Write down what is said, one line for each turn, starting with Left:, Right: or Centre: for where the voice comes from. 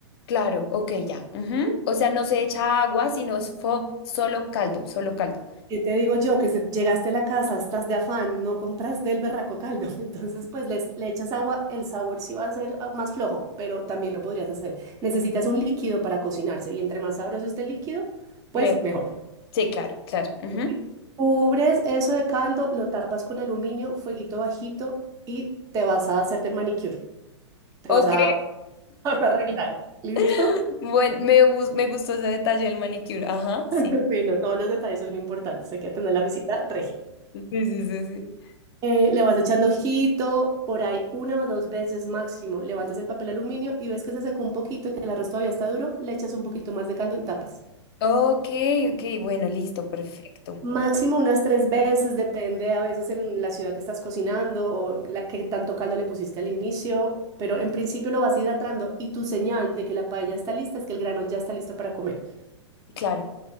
Left: Claro, ok, ya. ujú. O sea, no se echa agua, sino es fo- solo caldo, solo caldo.
Right: Y te digo yo que se- llegaste a la casa, estás de afán, no compras del berraco caldo, <laughs> entonces pues les, le echas agua, el sabor sí va a ser ah, más flojo, pero también lo podrías hacer. Necesitas un líquido para cocinarse y entre más sabroso esté el líquido, pues
Left: Me-
Right: mejor.
Left: Sí, claro, claro. ujú.
Right: ¿ok? Cubres eso de caldo, lo tapas con aluminio, fueguito bajito y te vas a hacerte el manicure, te
Left: Ok.
Right: vas a, <laughs> vas a arreglar, ¿listo?
Left: <laughs> Bueno, me, gus- me gustó ese detalle del manicure. Ajá,
Right: <laughs>
Left: sí.
Right: Sí, no, todos los detalles son importantes, hay que atender la visita regia.
Left: Sí, sí, sí, sí.
Right: Eh, le vas echando ojito, por ahí una o dos veces máximo. Levantas el papel aluminio y ves que se secó un poquito, que el arroz todavía está duro, le echas un poquito más de caldo y tapas.
Left: Ok, ok, bueno, listo, perfecto.
Right: Máximo unas tres veces, depende a veces en la ciudad que estás cocinando o la que tanto caldo le pusiste al inicio, pero en principio lo vas hidratando y tu señal de que la paella está lista es que el grano ya está listo para comer.
Left: Claro,